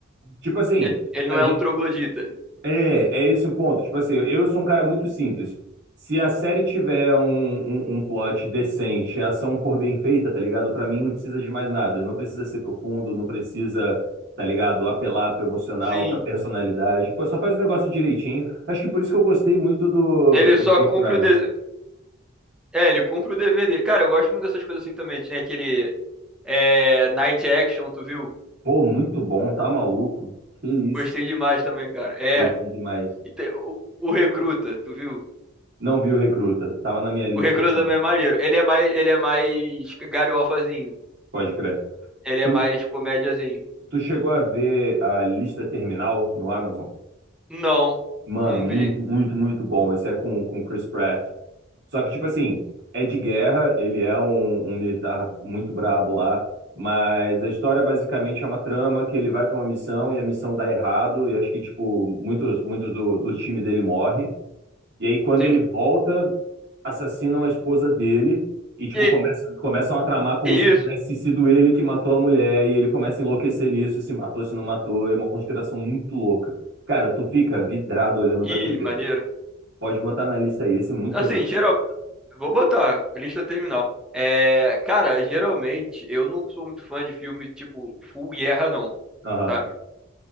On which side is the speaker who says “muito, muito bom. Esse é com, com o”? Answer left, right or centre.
Right